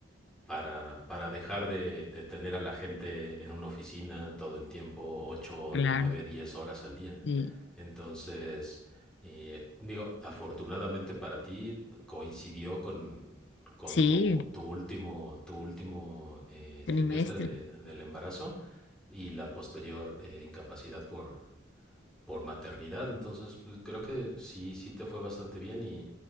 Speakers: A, in the centre; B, on the left.
A: para, para dejar de, de tener a la gente en una oficina todo el tiempo, ocho
B: claro.
A: nueve diez horas al día.
B: sí.
A: Entonces, eh, digo, afortunadamente para ti coincidió con, con
B: Sí,
A: tu, tu último, tu último eh,
B: trimestre.
A: trimestre de- del embarazo y la posterior eh, incapacidad por, por maternidad. Entonces, pues, creo que sí, sí te fue bastante bien y,